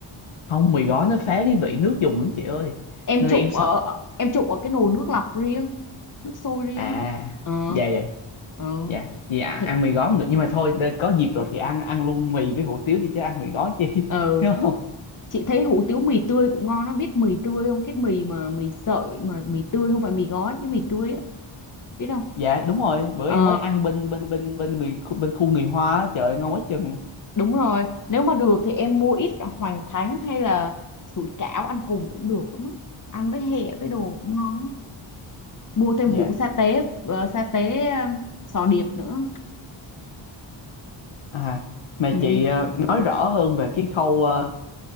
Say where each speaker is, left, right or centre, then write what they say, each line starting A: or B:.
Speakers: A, on the left; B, on the left.
A: không mì gói nó phá cái vị nước dùng lắm chị ơi
B: em
A: nên
B: trụng
A: là em sợ
B: ở em trụng ở cái nồi nước lọc riêng nước sôi riêng
A: à
B: ờ
A: dạ dạ
B: ừ
A: dạ vì ăn,
B: Thì,
A: ăn mì gói không được nhưng mà thôi để- có dịp rồi thì ăn ăn luôn mì với hủ tiếu đi chứ ăn mì gói chi <laughs>
B: ờ,
A: đúng không
B: chị thấy hủ tiếu mì tươi cũng ngon nó biết mì tươi không cái mì mà mì sợi mà mì tươi không phải mì gói cái mì tươi á biết không
A: dạ đúng rồi bữa
B: ờ
A: em mới ăn bên bên bên bên người bên khu người Hoa á, trời ơi, ngon quá chừng
B: đúng rồi nếu mà được thì em mua ít hoành thánh hay là sủi cảo ăn cùng cũng được lắm á ăn với hẹ với đồ cũng ngon lắm. mua thêm
A: dạ
B: hũ sa tế ờ, sa tế ờ, sò điệp nữa
A: à mà
B: ừ.
A: chị ờ, nói rõ hơn về cái khâu ờ,